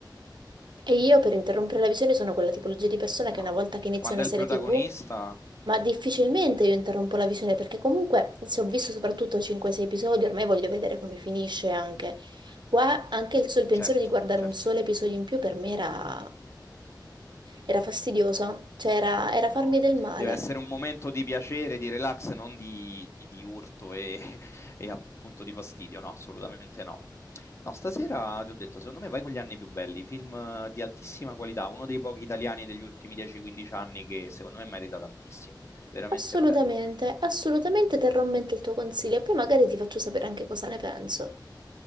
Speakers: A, on the right (about 75°); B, on the left (about 35°).
A: E io per interrompere la visione sono quella tipologia di persona
B: No,
A: che una volta che inizia
B: quando
A: una
B: è
A: serie
B: il protagonista,
A: TV, ma difficilmente io interrompo la visione perché comunque se ho visto soprattutto 5-6 episodi, ormai voglio vedere come finisce anche. Qua anche il, sol- il pensiero
B: certo,
A: di guardare
B: certo,
A: un solo episodio in più per me era, era fastidioso, cioè era, era farmi
B: no.
A: del male.
B: Deve essere un momento di piacere, di relax, non di, di urto e, <laughs> e appunto di fastidio. No, assolutamente no. No, stasera ti ho detto, secondo me vai con gli anni più belli, film eh, di altissima qualità, uno dei pochi italiani degli ultimi 10-15 anni che secondo me merita tantissimo, veramente
A: Assolutamente,
B: bello.
A: assolutamente terrò a mente il tuo consiglio e poi magari ti faccio sapere anche cosa ne penso.